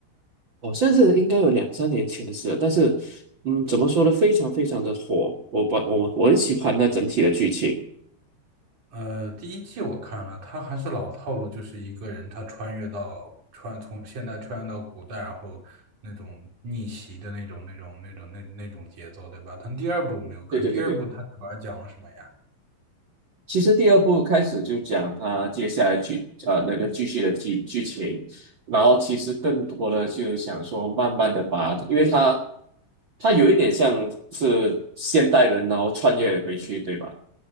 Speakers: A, on the right (about 75°); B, on the right (about 45°).
A: 好像是应该有两三年前的事了，但是，嗯，怎么说呢，非常非常的火，我把我我很喜欢那整体的剧情。
B: 呃，第一季我看了，它还是老套路，就是一个人他穿越到穿从现代穿越到古代，然后那种逆袭的那种那种那种那那种节奏，对吧？但第二部我没有看，
A: 对对对对。
B: 第二部它主要讲了什么呀？
A: 其实第二部开始就讲他接下来剧呃那个继续的剧剧情，然后其实更多的就想说慢慢的把，因为他他有一点像是现代人，然后穿越回去，对吧？